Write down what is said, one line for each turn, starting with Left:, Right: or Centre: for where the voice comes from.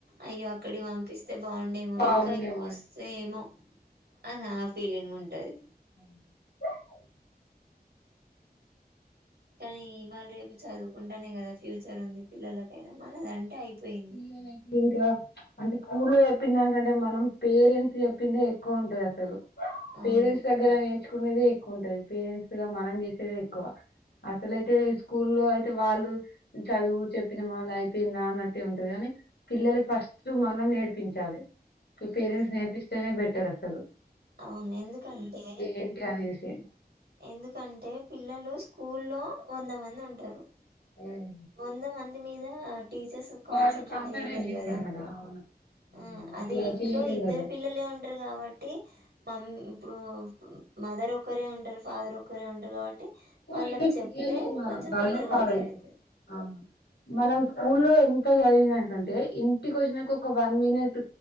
Right: అయ్యో అక్కడికి పంపిస్తే బాగుండేమో
Left: బాగుండేమో
Right: ఇంకా ఎక్కువ వస్తే ఏమో అని ఆ ఫీలింగ్ ఉండ్ టది
Left: <inaudible>
Right: కనీ ఇవాళ రేపు చదువుకుంటనే గదా ఫ్యూచర్ ఉంది పిల్లలకైనా మనదంటే అయిపోయింది
Left: పిల్లలకి ఇంకా అంటే స్కూల్లో చెప్పినందానికంటే మనం పేరెంట్స్ చెప్పిందే ఎక్కువ ఉంటది అసలు
Right: అవును
Left: పేరెంట్స్ దగ్గర నేర్చు తీకునేదే ఎక్కువ ఉంటది పేరెంట్స్ గా మనం చేసేదే ఎక్కువ అసలుయితే స్కూ లో అయిత్ వాళ్ళు చదువు చెప్ చెప్పినమా మల్లా అయిపోయిందా అన్నట్టే ఉంటది గని పిల్లలకి ఫస్ట్ మనం నేర్పించాలి మీ
Right: ఉమ్
Left: పేరెంట్స్ నేర్పిస్తేనే బెట్ తెరసలు
Right: అవును ఎందుకంటే
Left: ఏంటి అనేసి
Right: ఎందుకంటే పిల్లలు స్కూల్లో వంద మంది ఉంటరు
Left: ఆ
Right: వొంద మంది మీద టీచర్స్ కాన్సన్ంట్రేట్
Left: వాళ్ళు కాన్సన్ట్రేట్
Right: జేయలేరు
Left: చేయరు
Right: గదా
Left: కదా అవును
Right: ఆ
Left: అట్లా
Right: అదే ఇంట్లో
Left: చేయలేదు
Right: ఇద్దరు
Left: కదా
Right: పిల్లలే ఉంటరు గాబట్టి మం ఇప్పుడు మదర్ ఒక్కరే ఉంటరు ఫాదర్ ఒక్కరే ఉం కాబట్టి
Left: సో
Right: వాళ్ళకి
Left: అయినా
Right: చెప్తే
Left: పిల్లలు
Right: కొంచెం
Left: వాళ్ళనే
Right: తొందరగా
Left: ఫాలో
Right: అర్థం
Left: అయి
Right: అయితది
Left: అవును మనం స్కూళ్లో ఇంత చదివిన దాని కంటే ఇంటికి వచ్చినాక ఒక వన్ మినిట్